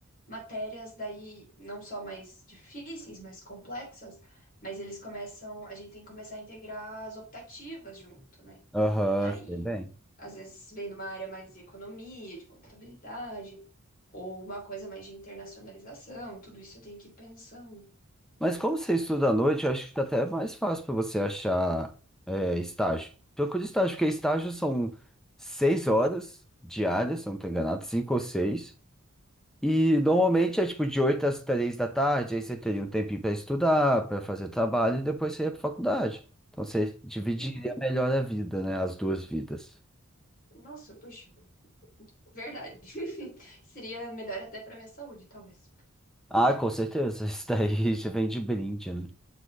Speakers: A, on the left (about 40°); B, in the centre.
A: matérias daí não só mais difíceis, mais complexas, mas eles começam, a gente tem que começar a integrar as optativas junto, né?
B: aham,
A: Aí,
B: sei bem.
A: às vezes vem numa área mais de economia, de contabilidade, ou uma coisa mais de internacionalização, tudo isso eu tenho que ir pensando.
B: Mas como você estuda à noite, eu acho que fica até mais fácil para você achar é, estágio. Procura estágio, porque estágio são seis horas diárias, se eu não estou enganado, cinco ou seis. E normalmente é tipo de 8 às 3 da tarde, aí você teria um tempinho para estudar, para fazer trabalho e depois você ia para faculdade. Então você dividiria
A: Uhum.
B: melhor a vida, né? As duas vidas.
A: Nossa, puxa, verdade. <laughs> Seria melhor até para minha saúde, talvez.
B: Ah, com certeza, <laughs> isso daí já vem de brinde, né?